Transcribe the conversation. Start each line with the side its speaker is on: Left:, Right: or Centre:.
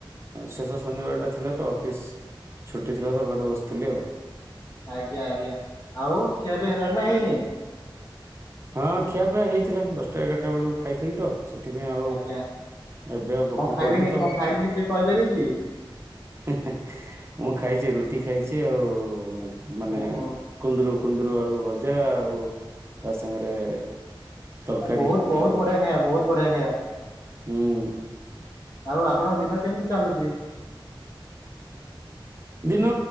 Right: ଶେଷ ଶନିବାରଟା ଥିଲା ତ ଅଫିସ୍ ଛୁଟି ଥିଲା ତ ଘରେ ବସିଥିଲି ଆଉ।
Left: ଆଜ୍ଞା ଆଜ୍ଞା ଆଉ ଖିଆ ପିଆ ହେଲାଣି ନା ହେଇନି?
Right: ହଁ ଖିଆ ପିଆ ହେଇଥିଲା ଦଶଟା ଏଗାରଟା ବେଳକୁ ଖାଇଥିଲି ତ ସେ ଥିପାଇଁ ଆଉ
Left: ଆଜ୍ଞା।
Right: ଏବେ ଆଉ ଭୋକ
Left: କଣ ଖାଇଲେଣି
Right: କରୁନି ତ।
Left: କଣ
Right: ହେଁ
Left: ଖାଇଛନ୍ତି ଟିକେ କହିପାରିବେ କି?
Right: ହେଁ ମୁଁ ଖାଇଚି ରୁଟି ଖାଇଚି ଆଉ ମାନେ
Left: ଓହୋ
Right: କୁନ୍ଦୁରୁ କୁନ୍ଦୁରୁ ଆଳୁ ଭଜା ଆଉ ତା ସାଙ୍ଗରେ ତରକାରୀ
Left: ଟା ବହୁତ ବହୁତ
Right: ଏଇ ଯୋଉ
Left: ବଢ଼ିଆ ଖାଇବା ବହୁତ ବଢିଆ ଖାଇବା।
Right: ହୁଁ।
Left: ଆଉ ଆପଣଙ୍କ ଦିନ କେମିତି ଚାଲୁଚି?
Right: ଦିନ